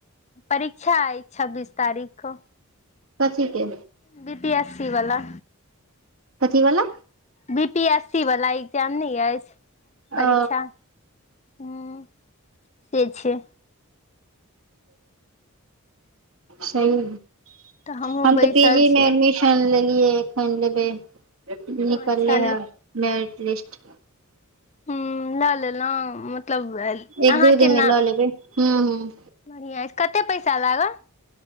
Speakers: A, on the left; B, on the right.
A: परीक्षा आइछ छब्बीस तारीख कऽ।
B: कथीके।
A: बी पी एस सी वला।
B: कथीवला।
A: बी पी एस सी वालला एग्जाम नै अछि परीक्षा,
B: ओ
A: हूँ। से छै
B: सही।
A: तऽ हमहूँ
B: हम
A: बैसल
B: तऽ पी जी
A: छियै
B: मे एडमिशन लेलियै एखन लेबै। निकलले
A: अच्छा।
B: है मेरिट लिस्ट
A: हूँ लऽ लेलउ मतलब।
B: एक
A: अहाँ
B: दू
A: के
B: दिन
A: नाम
B: मे लऽ लेबै हूँ हूँ
A: बढ़िया अछि कते पैसा लागल।